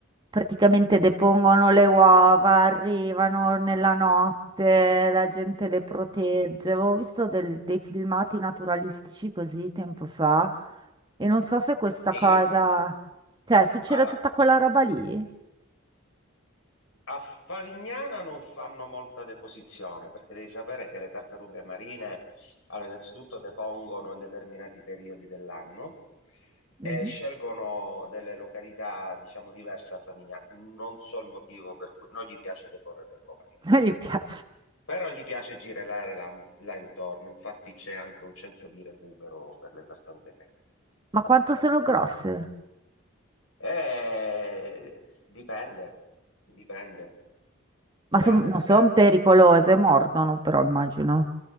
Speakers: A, on the right; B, on the left.
A: praticamente depongono le uova, arrivano nella notte, la gente le protegge. Avevo visto del- dei filmati naturalistici così tempo fa e non so se questa
B: Sì,
A: cosa... Cioè, succede
B: allora,
A: tutta quella roba lì?
B: a Favignana non fanno molta deposizione, perché devi sapere che le tartarughe marine, allora, innanzitutto depongono in determinati periodi dell'anno e
A: Mm?
B: scelgono delle località, diciamo, diverse a Favignana. Non so il motivo per cui non gli piace deporre le uova lì.
A: <laughs> Non gli piace.
B: Però gli piace girare là, là intorno, infatti c'è anche un centro di recupero per le tartarughe meglio.
A: Ma quanto sono grosse?
B: Eh, dipende, dipende, dipende
A: Ma son- non
B: perché
A: sono pericolose, mordono però, immagino.